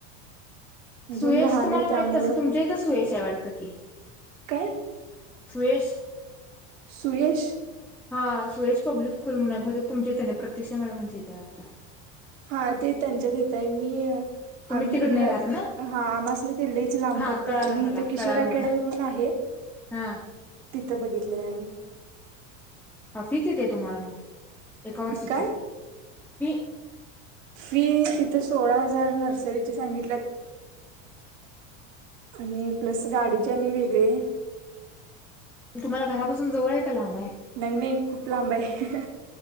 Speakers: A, in the centre; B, on the right.
A: सुयश
B: अजून लहान
A: तुम्हाला
B: आहे
A: माहित
B: त्यामुळं
A: असल तुमच्या इथं सुयश आहे वाटत की
B: काय
A: स््वेष
B: सुयश
A: हा सुरेश पब्लिक स्कूल म्हणून आहे बहुतेक तुमच्या इथं नाही ते प्रतीक्षा मॅडमांच्या इथं आहे वाढतं
B: हा ते त्यांच्या तिथं आहे मी
A: तुम्ही
B: आम्ही
A: तिकडे नाही
B: हा
A: राहत ना
B: आम्हासनी ते लईच लांब
A: हा
B: पडतय
A: कळालं
B: आम्ही
A: मला
B: इथे किशोर
A: कळालं
B: अकॅडमी
A: मला
B: म्हणून आहे
A: हा
B: तिथं बघितलंय आम्ही
A: हा फी किती आहे तुम्हाला मग एका वर्षाची
B: काय
A: फी
B: फी तिथं सोळा हजार नर्सरीची सांगितल्या आणि प्लस गाडीचे आणि वेगळे
A: तुम्हाला घरापासून जवळ आहे का लांब आहे
B: नाही नाही खूप लांब आहे